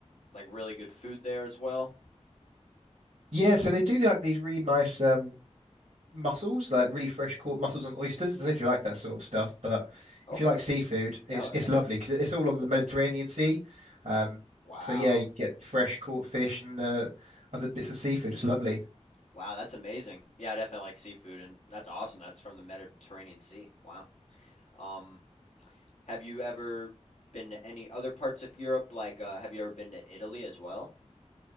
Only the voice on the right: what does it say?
Yeah, so they do like these really nice um mussels, like really fresh caught mussels and oysters. I don't know if you like that sort of stuff, but
if you like seafood,
it's
it's
lovely because it's all on the Mediterranean Sea. Um,
so yeah, you get fresh caught fish and uh, other bits of seafood. It's lovely.